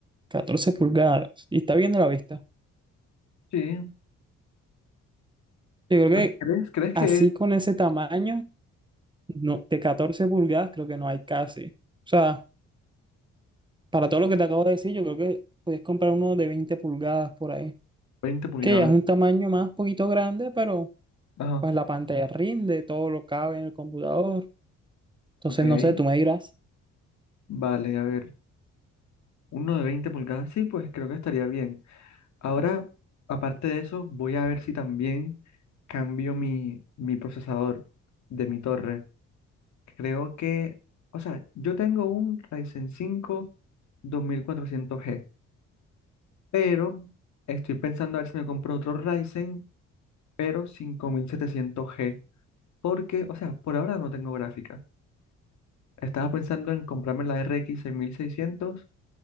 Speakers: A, on the right (about 15°); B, on the left (about 65°).
A: catorce pulgadas. Y está bien de la vista.
B: Sí.
A: Yo creo que
B: ¿Ah, ¿Crees, crees que
A: así
B: es
A: con ese tamaño, no, de 14 pulgadas creo que no hay casi. O sea, para todo lo que te acabo de decir, yo creo que puedes comprar uno de 20 pulgadas por ahí.
B: 20 pulgadas?
A: Que ya es un tamaño más poquito grande, pero
B: Ajá,
A: pues la pantalla rinde, todo lo cabe en el computador. Entonces,
B: ok.
A: no sé, tú me dirás.
B: Vale, a ver. Uno de 20 pulgadas, sí, pues creo que estaría bien. Ahora, aparte de eso, voy a ver si también cambio mi, mi procesador de mi torre. Creo que, o sea, yo tengo un Ryzen cinco dos mil cuatrocientos g pero estoy pensando a ver si me compro otro Ryzen, pero cinco mil setecientos g porque, o sea, por ahora no tengo gráfica. Estaba pensando en comprarme la RX X seis mil seiscientos